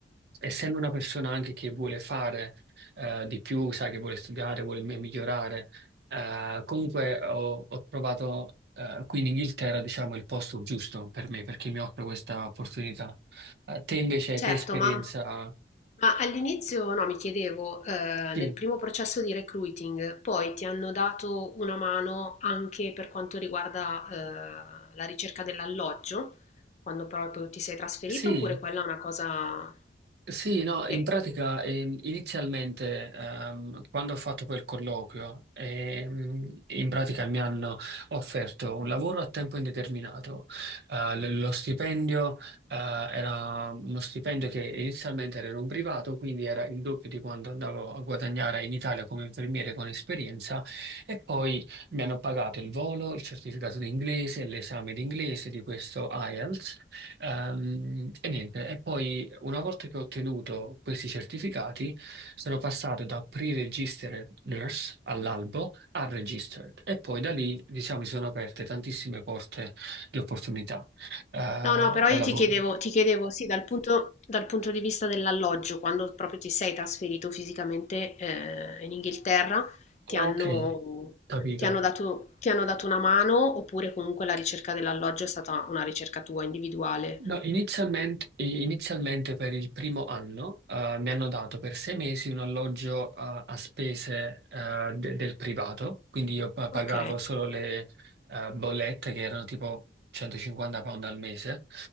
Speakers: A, on the right; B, on the left.
A: essendo una persona anche che vuole fare eh, di più, sai che vuole studiare, vuole mi- migliorare, eh, comunque ho, ho trovato eh, qui in Inghilterra, diciamo, il posto giusto per me, perché mi offre questa opportunità. Eh, te invece
B: Certo,
A: che esperienza?
B: ma, ma all'inizio no, mi chiedevo, eh,
A: Sì,
B: nel primo processo di recruiting, poi ti hanno dato una mano anche per quanto riguarda, eh, la ricerca dell'alloggio, quando proprio ti sei trasferito,
A: sì.
B: oppure quella è una cosa
A: Sì, no, in
B: che
A: pratica ehm, inizialmente ehm, quando ho fatto quel colloquio, ehm, in pratica mi hanno offerto un lavoro a tempo indeterminato. Eh, l- lo stipendio eh, era uno stipendio che inizialmente era in un privato, quindi era il doppio di quanto andavo a guadagnare in Italia come infermiere con esperienza e poi mi hanno pagato il volo, il certificato di inglese, l'esame di inglese di questo IELTS Ehm, e niente, e poi una volta che ho ottenuto questi certificati, sono passato da pre-registered nurse all'albo a registered e poi da lì, diciamo, si sono aperte tantissime porte di opportunità eh, al
B: No, no, però io
A: lavoro.
B: ti chiedevo, ti chiedevo, sì, dal punto, dal punto di vista dell'alloggio, quando proprio ti sei trasferito fisicamente eh, in Inghilterra, ti
A: Ah,
B: hanno,
A: ok, capito.
B: ti hanno dato, ti hanno dato una mano oppure comunque la ricerca dell'alloggio è stata una ricerca tua individuale?
A: No, inizialmente, inizialmente per il primo anno eh, mi hanno dato per sei mesi un alloggio a, a spese eh, de- del privato, quindi io pa- pagavo
B: Ok.
A: solo le eh, bollette che erano tipo 150 pound al mese.